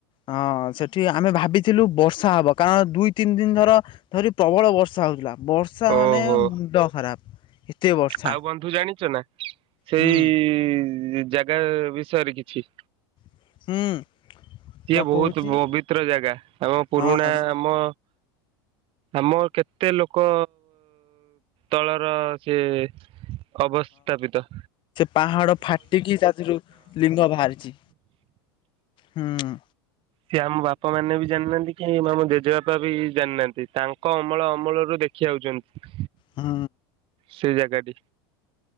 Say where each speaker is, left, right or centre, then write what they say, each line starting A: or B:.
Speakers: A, on the left; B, on the right.
A: ହଁ ସେଠି ଆମେ ଭାବିଥିଲୁ ବର୍ଷା ହବ କାରଣ ଦୁଇ, ତିନି ଦିନ ଧର ଧରି ପ୍ରବଳ ବର୍ଷା ହଉଥିଲା। ବର୍ଷା
B: ଓହୋ
A: ମାନେ ମୁଣ୍ଡ ଖରାପ ଏତେ ବର୍ଷା
B: ଆଉ ବନ୍ଧୁ ଜାଣିଛ ନା ସେଇଇଇ।
A: ହୁଁ
B: ଜାଗା ବିଷୟରେ କିଛି।
A: ହୁଁ।
B: ସିଏ
A: ବା
B: ବହୁତ
A: କହୁଛି
B: ବବିତ୍ର ଜାଗା ଆମ ପୁରୁଣା
A: ହଁ
B: ଆମ। ଆମ କେତେ ଲୋକ ତଳର ସିଏ। ଅବ ସ୍ଥାପିତ
A: ପାହାଡ ଫାଟିକି ତାଥିରୁ ଲିଙ୍ଗ ବାହାରିଛି ହୁଁ।
B: ସେ ଆମ ବାପା ମାନେ ବି ଜାଣିିନାହାନ୍ତି କି ଆମ ଜେଜେବାପା ବି ଜାଣିିନାହାନ୍ତି। ତାଙ୍କ ଅମଳ ଅମଳରୁ ଦେଖି ଆଉଛନ୍ତି।
A: ହୁଁ।
B: ସେଇ ଜାଗା ଟି।